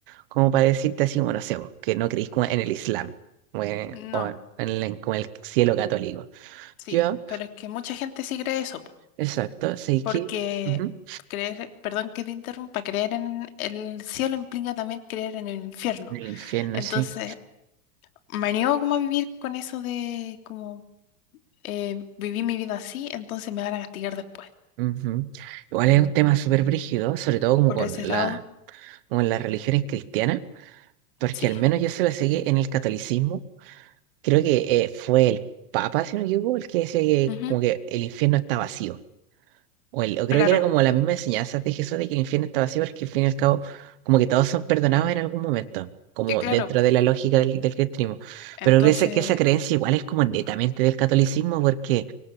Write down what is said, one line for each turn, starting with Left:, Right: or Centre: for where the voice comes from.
Right: como para decirte así, bueno, no sé, vos, que no creís como en el Islam o en,
Left: No,
Right: o en el, como el cielo católico.
Left: sí,
Right: Yo,
Left: pero es que mucha gente sí cree eso, po,
Right: Exacto, sí
Left: porque
Right: que ujú,
Left: creer, perdón que te interrumpa, creer en el cielo implica también creer en el infierno.
Right: en el infierno,
Left: Entonces,
Right: sí.
Left: me niego como a vivir con eso de como eh, viví mi vida así, entonces me van a castigar después.
Right: ujú. Igual es un tema súper brígido, sobre todo como
Left: Por
Right: con
Left: ese lado,
Right: la, como en las religiones cristianas, porque
Left: sí.
Right: al menos yo se la sé que en el catolicismo, creo que eh, fue el Papa, si no me equivoco, el que decía que
Left: Ujú,
Right: como que el infierno está vacío. O, el, o creo
Left: Claro,
Right: que era como la misma enseñanza de Jesús de que el infierno está vacío, porque al fin y al cabo, como que todos son perdonados en algún momento, como
Left: que claro.
Right: dentro de la lógica del, del cristianismo.
Left: Entonces,
Right: Pero parece que esa creencia igual es como netamente del catolicismo, porque